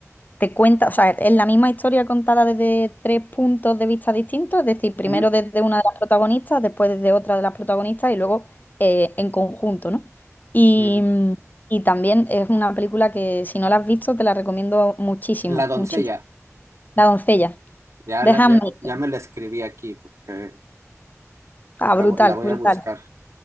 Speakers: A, on the left; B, on the right.
A: te cuenta, o sea, es la misma historia contada desde tres puntos de vista distintos, es decir, primero
B: ujú,
A: desde una de las protagonistas, después desde otra de las protagonistas y luego eh, en conjunto, ¿no? Y,
B: mm.
A: mm, y también es una película que si no la has visto te la recomiendo muchísimo,
B: La doncella.
A: muchísimo. La doncella,
B: Ya,
A: de
B: la-
A: Handmaiden.
B: ya, ya me la escribí aquí porque
A: Ah,
B: la,
A: brutal,
B: vo- la voy
A: brutal.
B: a buscar.